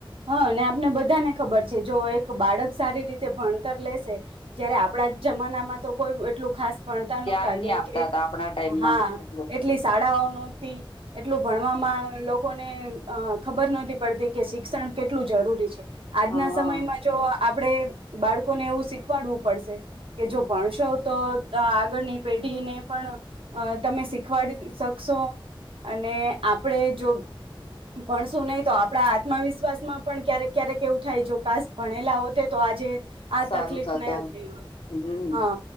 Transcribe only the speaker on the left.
ધ્યાન
નહી
આપતા
હતા આપણા ટાઈમમાં
આટલું
હા
સારું
થશે
હમ